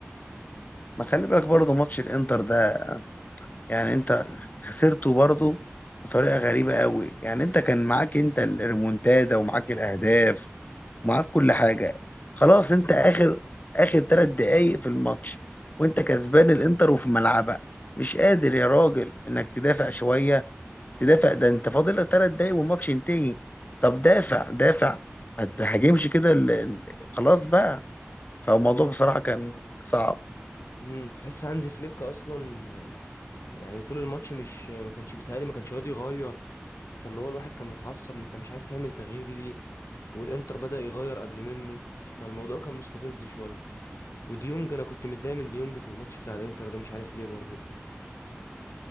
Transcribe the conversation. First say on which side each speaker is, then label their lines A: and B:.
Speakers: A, on the left; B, on the left.
A: ما خلي بالك برضه ماتش الإنتر ده يعني انت خسرته برضه بطريقه غريبه قوي يعني انت كان معاك انت الريمونتادا ومعاك الاهداف ومعاك كل حاجه خلاص انت اخر اخر ثلاث دقايق في الماتش وانت كسبان الانتر وفي ملعبها مش قادر يا راجل انك تدافع شويه تدافع ده انت فاضل لك ثلاث دقايق والماتش ينتهي طب دافع دافع ما تهاجمش كده ال- خلاص بقى فالموضوع
B: هو
A: بصراحه كان صعب
B: امم تحس هانزي فليك اصلا يعني طول الماتش مش ما كانش بيتهيألي ما كانش راضي يغير فاللي هو الواحد كان متعصب انت مش عايز تعمل تغيير ليه والانتر بدأ يغير قبل منه فالموضوع كان مستفز شوية وديونج انا كنت متضايق من ديونج في الماتش بتاع الانتر ده مش عارف ليه برضه